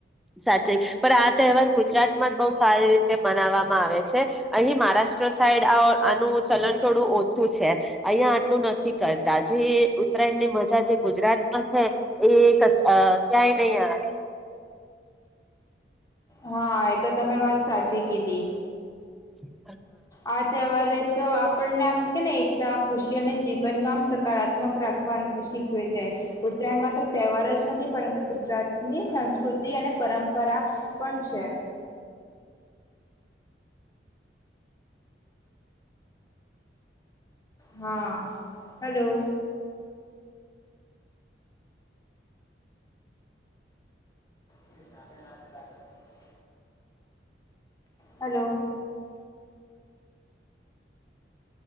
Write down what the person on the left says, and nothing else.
હા એ તો તમે વાત સાચી કીધી
આ તહેવાર તો ણને આમ કેને એકતા ખુશી અને જીવનમાં સકારાત્મક રાખવા શીખવે છે ઉત્તરાયણ માત્ર તહેવાર જ નથી પરંતુ ગુજરાતની સંસ્કૃતિ અને પરંપરા પણ છે હા હલો <inaudible> હલો